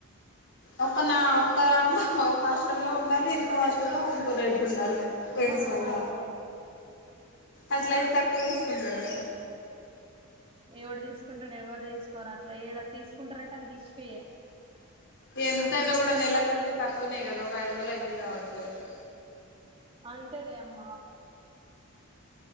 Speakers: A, on the left (about 55°); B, on the right (about 25°).
A: ఒక్క నా ఒక్క దాంట్లో ఒక హాస్టల్లో ఉండాలి ఇంకో హాస్టల్లో ఇంకో రేపు ఉండాలి. ఫెండ్స్
B: వావ్
A: వళ్ల అట్లయితే తక్కో తీసుకుంటడు కదా ఒరేయ్
B: ఎవడు తీసుకుంటడు ఎవరు తీసుకోరు అట్లా ఏడ తీసుకుంట్రన్టే అది హిస్టరీయే
A: ఎంతైనా కూడా నెలకంటే తక్కువనే కదా ఒక ఐదు వందలు అయితే కావచ్చు ఐతే
B: అంతలే అమ్